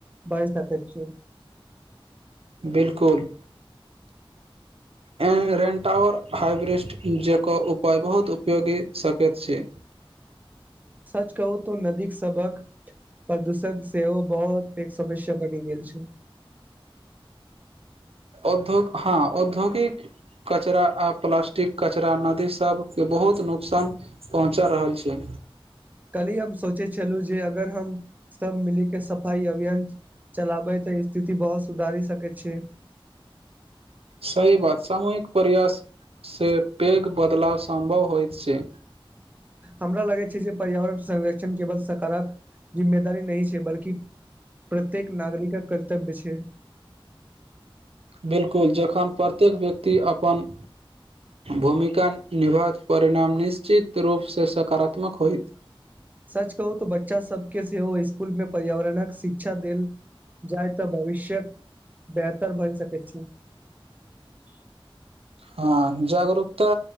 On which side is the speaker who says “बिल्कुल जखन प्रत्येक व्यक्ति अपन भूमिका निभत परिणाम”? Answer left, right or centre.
Right